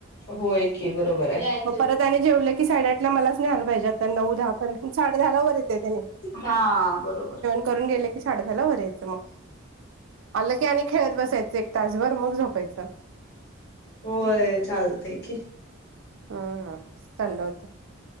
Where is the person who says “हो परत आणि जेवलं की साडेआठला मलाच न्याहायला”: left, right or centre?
Right